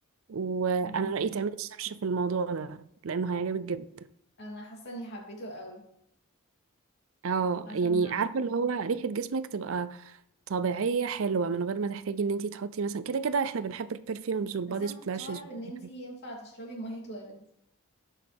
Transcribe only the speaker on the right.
وأنا
رأيي تعملي سيرش في الموضوع ده لأنه هيعجبك جدا
اه
يعني
عارفة اللي هو ريحة جسمك تبقى طبيعية حلوة من غير ما تحتاجي ان انتي تحطي مثلا كده كده احنا بنحب البرفيومز والبادي
سبلاشز
وكل
حاجة